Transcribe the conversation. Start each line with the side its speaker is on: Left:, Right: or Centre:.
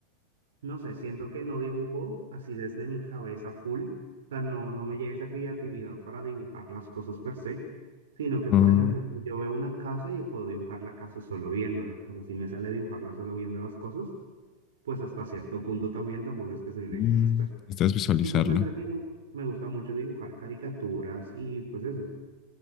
Right: No sé, siento que no dibujo así desde mi cabeza full, o sea, no, no me llega esa creatividad para dibujar las cosas per se, sino que,
Left: Oh,
Right: por ejemplo, si yo veo una casa, yo puedo dibujar la casa solo viéndola, o sea, si me sale dibujarla solo viendo las cosas, pues hasta cierto punto también, tampoco es que soy un
Left: mm,
Right: experto.
Left: necesitas visualizarlo.
Right: Y pues me entretiene, me gusta mucho dibujar caricaturas y pues eso.